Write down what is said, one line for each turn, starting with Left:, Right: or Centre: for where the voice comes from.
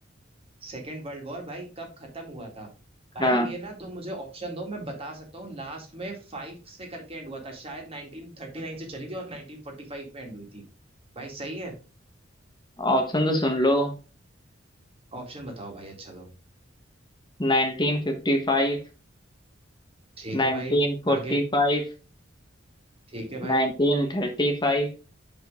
Right: सेकेंड वर्ल्ड वॉर भाई कब खत्म हुआ था भाई
Left: हाँ
Right: ये ना तुम मुझे ऑप्शन दो मैं बता सकता हूँ लास्ट में फाइव से करके एंड हुआ था शायद 1939 से चली थी और 1945 में एंड हुई थी भाई सही है
Left: ऑप्शन तो सुन लो
Right: ऑप्शन बताओ भाई अच्छा तुम
Left: 1955
Right: ठीक
Left: 1945
Right: है भाई आगे ठीक है भाई
Left: 1935